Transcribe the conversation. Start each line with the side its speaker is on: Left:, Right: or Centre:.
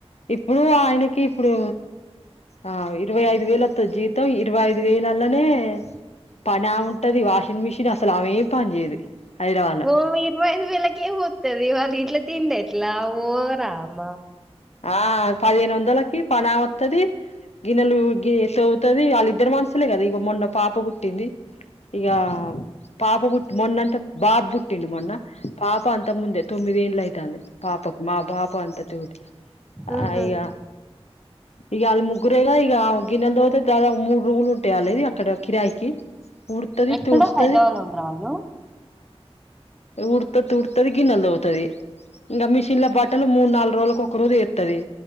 Left: ఇప్పుడు ఆయనకి ఇప్పుడు ఆ ఇరవై ఐదు వేలు వత్తాది జీవితం ఇరవై ఐదు వేలల్లానే పని ఆమె ఉంటది వాషింగ్ మిషిన్ అసలు ఆమె ఏమి పని చేయదు హైదరాబాద్ లో
Centre: ఓ ఇరవై ఐదు వేలకే వత్తాది వాళ్ళ ఇంట్లా తిండి ఎట్లా ఓ రామా
Left: ఆ పదిహేను వందలకి పనీ ఆమె వత్తాది గిన్నెలు గి తోముతది వాళ్ళ ఇద్దరు మనసులే కదా ఇక మొన్న పాప పుట్టింది ఇగా పాప బుట్టి మొన్న అంటే బాబు పుట్టింది మొన్న పాప అంత ముందే తొమ్మిది ఏండ్లు అయితాంది పాపకి మా పాప అంత తూటి
Centre: ఉహు
Left: అయ్యా ఇక వాళ్ళ ముగ్గురేగా ఇక ఆమె గిన్నెలు తోముతే దా మూడు రూములు ఉంటాయ్ ఆళ్ళవి అక్కడ కిరాయికి ఊడ్తది
Centre: ఎక్కడ
Left: తుర్స్తది
Centre: హైదరాబాద్ లో ఉంటరా వాళ్ళు
Left: ఉడతది తుడుత్తది గిన్నెలు తోముతది ఇంకా మిషన్ లో బట్టలు మూడు నాలుగు రోజులకు ఒక సారి ఎ ది